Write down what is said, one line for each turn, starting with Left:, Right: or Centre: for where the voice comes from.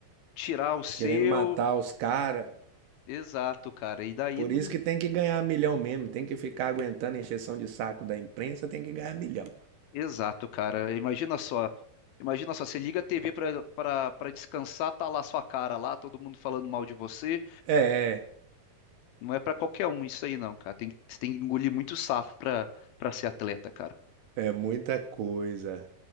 Left: tirar o seu.
Right: querendo matar os caras.
Left: Exato, cara. E daí
Right: Por
Left: não.
Right: isso que tem que ganhar milhão mesmo. Tem que ficar aguentando a encheção de saco da imprensa, tem que ganhar milhão.
Left: Exato, cara. Imagina só. Imagina só, você liga a TV pra pra- pra descansar, tá lá sua cara lá, todo mundo falando mal de você.
Right: É,
Left: Não é pra qualquer um isso aí, não, cara. Tem, que- você tem que engolir muito safo pra para ser atleta, cara.
Right: é é muita coisa.